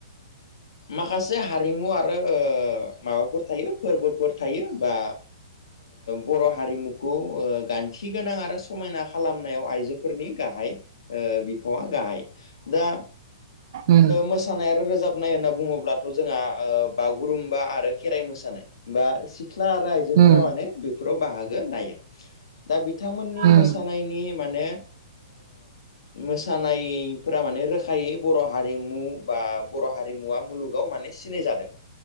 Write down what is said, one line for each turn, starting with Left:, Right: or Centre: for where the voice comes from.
Left: माखासे हारिमु आरो माबाफोर थायो फोरबोफोर थायो बा बर' हारिमुखौ गा थि गोनां आरो समायना खालामनायाव आइजोफोरनि गाहाय बिफावा गाहाय दा
Right: उम
Left: मोसानाय आरो रोजाब नाय होनना बुङोब्लाथ' जोंहा बागुरुम्बा आरो खेराइ मोसानाय बा सिख्ला आरो आ आजो
Right: उम
Left: म बेफोराव बाहागो नाय दा बिथांमोननि
Right: उम
Left: मोसानायनि माने मोसानायफोरा माने रोखायै बर' हारिमु बा बर' हारिमुवा मुलुग माने सिनाय जादों